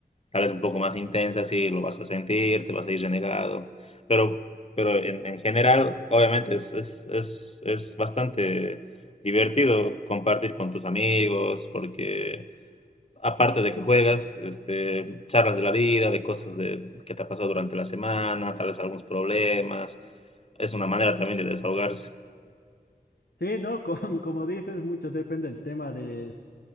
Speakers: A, on the left; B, on the left.
A: tal vez un poco más intensa, sí, lo vas a sentir, te vas a ir renegado. Pero, pero en, en general, obviamente, es, es, es, es bastante divertido compartir con tus amigos, porque aparte de que juegas, este, charlas de la vida, de cosas de, que te ha pasado durante la semana, tal vez algunos problemas. Es una manera también de desahogarse.
B: Sí, ¿no? <laughs> Como, como dices, mucho depende del tema de,